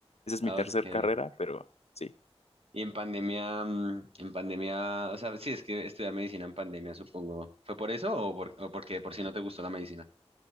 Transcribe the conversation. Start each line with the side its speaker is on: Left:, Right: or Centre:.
Left: Esa es
Right: Ah,
Left: mi tercer
Right: Ok.
Left: carrera, pero sí.
Right: Y en pandemia, mm, en pandemia, o sea, sí, es que estudiar medicina en pandemia, supongo. ¿Fue por eso o, por, o porque de por si no te gustó la medicina?